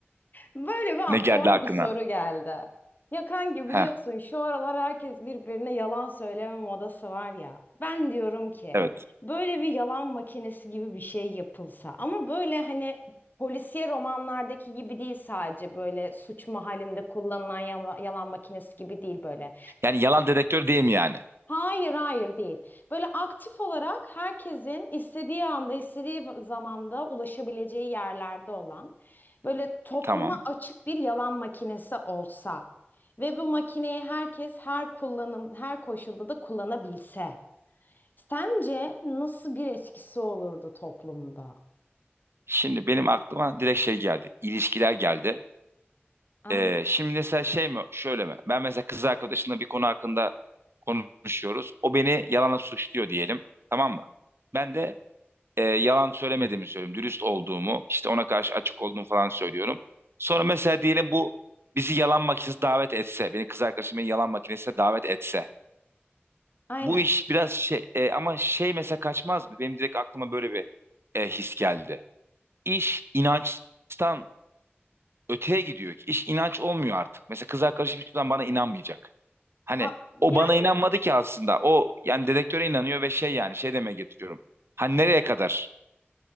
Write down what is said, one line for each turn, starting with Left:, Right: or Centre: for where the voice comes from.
Left: Böyle bir
Right: Ne
Left: aklıma
Right: geldi aklına?
Left: bir soru geldi. Ya kanki
Right: Ha,
Left: biliyorsun şu aralar herkes birbirine yalan söyleme modası var ya. Ben diyorum ki
Right: evet.
Left: böyle bir yalan makinesi gibi bir şey yapılsa ama böyle hani polisiye romanlardaki gibi değil sadece böyle suç mahallinde kullanılan yala- yalan makinesi gibi değil böyle
Right: Yani yalan dedektör değil mi yani?
Left: Hayır, hayır değil. Böyle aktif olarak herkesin istediği anda, istediği zamanda ulaşabileceği yerlerde olan böyle topluma
Right: Tamam.
Left: açık bir yalan makinesi olsa ve bu makineyi herkes her kullanım, her koşulda da kullanabilse. Sence nasıl bir etkisi olurdu toplumda?
Right: Şimdi benim aklıma direkt şey geldi. İlişkiler geldi.
Left: Aynen.
Right: Ee, şimdi mesela şey mi, şöyle mi? Ben mesela kız arkadaşımla bir konu hakkında konuşuyoruz. O beni yalanla suçluyor diyelim. Tamam mı? Ben de e, yalan söylemediğimi söylüyorum. Dürüst olduğumu, işte ona karşı açık olduğumu falan söylüyorum. Sonra mesela diyelim bu bizi yalan makinesine davet etse, beni kız arkadaşım beni yalan makinesine davet etse.
Left: Aynen.
Right: Bu iş biraz şey e, ama şey mesela kaçmaz mı? Benim direkt aklıma böyle bir e, his geldi. İş inançtan öteye gidiyor ki. İş inanç olmuyor artık. Mesela kız arkadaşım hiçbir zaman bana inanmayacak. Hani
Left: A- Yani
Right: o bana inanmadı ki aslında. O yani dedektöre inanıyor ve şey yani şey demeye getiriyorum. Hani nereye kadar?